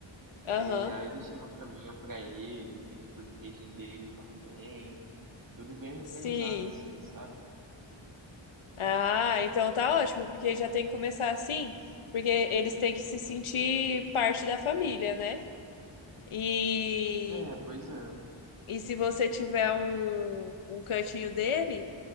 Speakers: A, on the left (about 85°); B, on the right (about 40°).
A: Aham,
B: É, aí deixei uma caminha pra ele, tem os brinquedinhos dele também. Tudo bem organizado,
A: sim.
B: assim, sabe?
A: Ah, então tá ótimo, porque já tem que começar assim, porque eles têm que se sentir parte da família, né? E,
B: É, pois é.
A: e se você tiver um, um cantinho dele.